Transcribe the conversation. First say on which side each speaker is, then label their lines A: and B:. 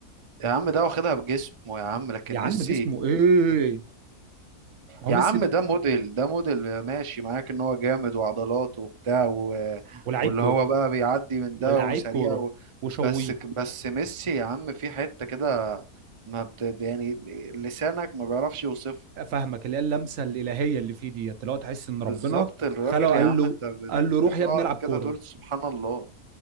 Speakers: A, on the right; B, on the right.
A: يا عم ده واخدها بجسمه يا عم لكن
B: يا عم
A: ميسي
B: جسمه ايه ما هو
A: يا
B: ميسي
A: عم
B: ده
A: ده موديل ده موديل ماشي معاك ان هو جامد وعضلات وبتاع و...
B: ولاعيب
A: واللي
B: كوره
A: هو بقى بيعدي من ده
B: ولاعيب
A: وسريع
B: كوره
A: و...
B: وشويه
A: بس بس ميسي يا عم في حتة كده ما بت... يعني لسانك ما بيعرفش يوصفها
B: فاهمك اللي هي اللمسه الالهيه اللي فيه ديت اللي هو تحس ان
A: بالظبط
B: ربنا
A: الراجل
B: خلقه قال
A: يا عم
B: له
A: انت بت-
B: قال له روح
A: بتقعد
B: يا ابني العب كوره
A: كده تقول سبحان الله